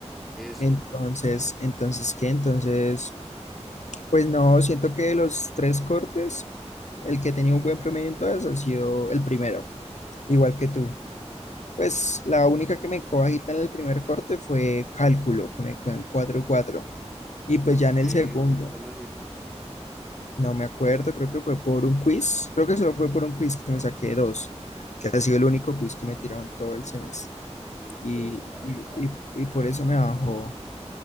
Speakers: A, in the centre; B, on the left.
A: eso.
B: Entonces, entonces, ¿qué? Entonces, pues no, siento que de los tres cortes, el que tenía un buen promedio en todas ha sido el primero, igual que tú. Pues la única que me quedó bajita en el primer corte fue cálculo, que me quedó en 4 cuatro, Y pues
A: ¿Por
B: ya
A: qué?
B: en el segundo,
A: ¿Por qué tan bajito?
B: No me acuerdo, creo que fue por un quiz. Creo que solo fue por un quiz que me saqué dos, que ha sido el único quiz que me tiraron todo el semestre.
A: Uy, bro,
B: Y,
A: paila.
B: y, y- y por eso me bajó.